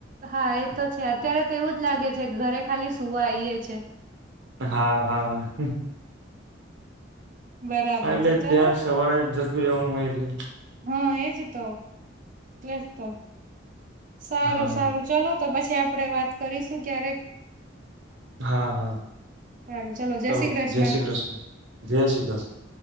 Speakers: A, on the right; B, on the right.
A: હા, એતો છે અત્યારે તો એવું જ લાગે છે ઘરે ખાલી સુવા આઈએ છે.
B: હા હા.
A: બરાબર
B: હા એટલે
A: છે. ચાલો
B: ત્યાં
A: તો.
B: સવારે જતું રહેવાનું હોય એટલે
A: હા, એ એટલે જ તો સારું
B: હા
A: સારું ચલો તો પછી તે આપરે વાત કરીશું ક્યારેક.
B: હા હા.
A: સારું
B: ચલો
A: શ્રી કૃષ્ણ
B: જય શ્રી કૃષ્ણ જય શ્રી કૃષ્ણ